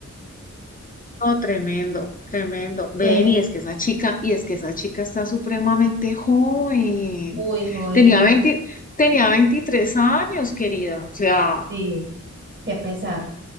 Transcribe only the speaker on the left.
No, tremendo, tremendo. Ven,
y es que esa chica, y es que esa chica está supremamente joven.
Tenía
20 tenía 23 años, querida. O sea,